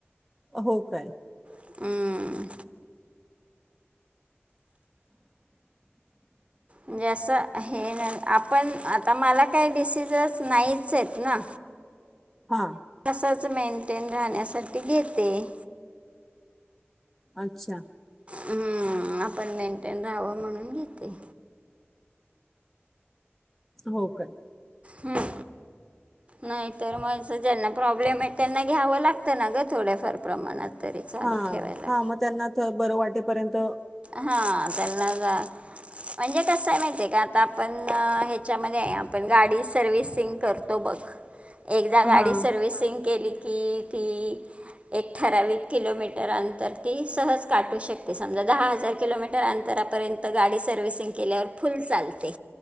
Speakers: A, in the centre; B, on the right.
A: हो काय.
B: हम्म.
A: <unintelligible>
B: म्हणजे असं हे न आपण आता मला काही डिसिजस नाहीच आहेत ना
A: हा.
B: तसच मेंटेन राहण्यासाठी घेते.
A: अच्छा.
B: हम्म आपण मेंटेन राहवं म्हणून घेते.
A: हो कल
B: हम्म नाहीतर म ज्यांना प्रॉब् ब्लेम हायत त्यांना घ्यावं लागतं ना गं थोडेफार प्रमाणात तरी चालू
A: हा
B: ठेवायला
A: हा म त्यांना ते बरं वाटेपर्यंत
B: हा त्यांना जा
A: ह <inaudible>
B: म्हणजे कसं हाय माहितीय का आता आपण नं हेच्यामध्ये हाय आपण गाडी सर्विसिंग करतो बघ.
A: <inaudible>
B: एकदा गाडी
A: हा
B: सर्विसिंग केली की
A: <inaudible>
B: ती एक ठराविक किलोमीटर अंतर ती सहज काटू शकते समजा दहा हजा हजार किलोमीटर अंतरापर्यंत गाडी सर्व्हिसिंग केल्यावर फुल चालते.